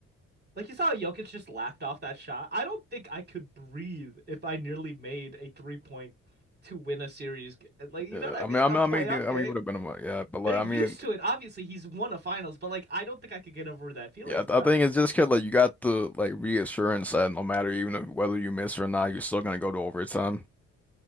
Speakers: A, on the right; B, in the centre.
A: Like you saw Jokic just laughed off that shot. I don't think I could breathe if I nearly made a three point to win a series. Like you
B: Yeah,
A: know what I
B: I
A: mean?
B: mean, I
A: A
B: mean,
A: playoff
B: I mean, yeah,
A: game.
B: I mean, it would have been a mo- yeah, but like,
A: They're used
B: I mean,
A: to it. Obviously, he's won a finals, but like I don't think I could get over that feeling.
B: Yeah, I th-
A: You know,
B: I think it's just 'cause like you got the like reassurance that no matter even if, whether you miss or not, you're still gonna go to overtime.